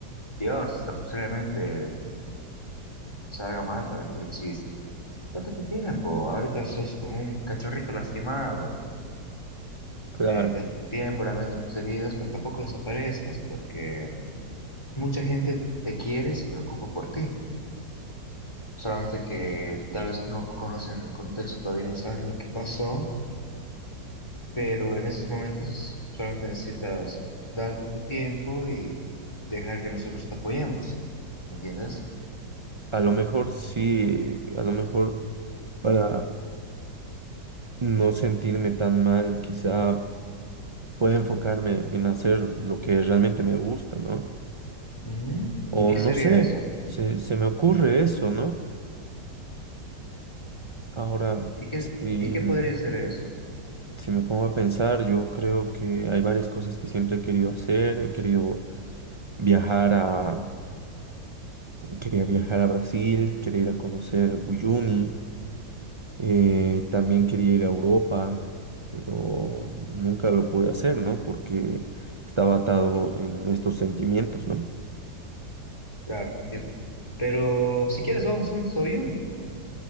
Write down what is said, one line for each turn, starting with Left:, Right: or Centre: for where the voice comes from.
Left: Dios, hasta posiblemente salga mal para ti el chiste. Date tu tiempo, ahorita sos como un cachorrito lastimado,
Right: Claro.
Left: eh, date tu tiempo, lamete tus heridas, pero tampoco desaparezcas, porque mucha gente te quiere y se preocupa por ti. Solamente que tal vez no conocen el contexto, todavía no saben lo que pasó Pero en estos momentos solamente necesitas darte tu tiempo y dejar que nosotros te apoyemos. ¿Entiendes?
Right: A lo mejor sí, a lo mejor para no sentirme tan mal, quizá puedo enfocarme en hacer lo que realmente me gusta, ¿no?
Left: Ujú. ¿Y
Right: O
Left: qué
Right: no
Left: sería
Right: sé,
Left: eso?
Right: se, se me ocurre eso, ¿no? Ahora,
Left: ¿Y qué,
Right: si,
Left: y qué podría ser eso?
Right: si me pongo a pensar, yo creo que hay varias cosas que siempre he querido hacer. He querido viajar a, quería viajar a Brasil, quería ir a conocer Uyuni, eh, también quería ir a Europa, pero nunca lo pude hacer, ¿no? Porque estaba atado en estos sentimientos, ¿no?
Left: Claro, entiendo. Pero si quieres, vamos juntos a Uyuni.